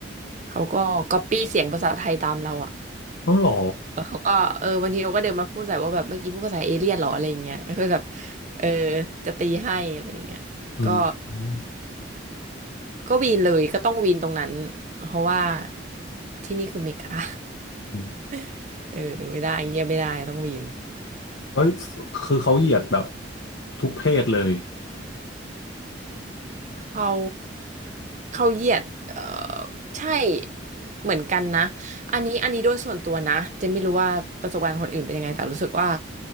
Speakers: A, on the right; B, on the left.
A: เขาก็ก๊อปปี้เสียงภาษาไทยตามเราอ่ะ
B: เอ้าเหรอ
A: เขาก็เออบางทีเขาก็เดินมาพูดใส่ว่าแบบเมื่อกี้พูดภาษาเอเลี่ยนเหรออะไรเงี้ยคือแบบเออจะตีให้อะไรเงี้ยก็
B: อืมอืม
A: ก็วีนเลยก็ต้องวีนตรงนั้นเพราะว่าที่นี่คืออเมริกา
B: อืม
A: <laughs> เออไม่ได้เงี้ยไม่ได้ต้องวีน
B: แล้วคือเขาเหยียดแบบทุกเพศเลย
A: เขาเขาเหยียดเออใช่เหมือนกันนะอันนี้อันนี้โดยส่วนตัวนะเจะไม่รู้ว่าประสบการณ์คนอื่นเป็นยังไงแต่รู้สึกว่า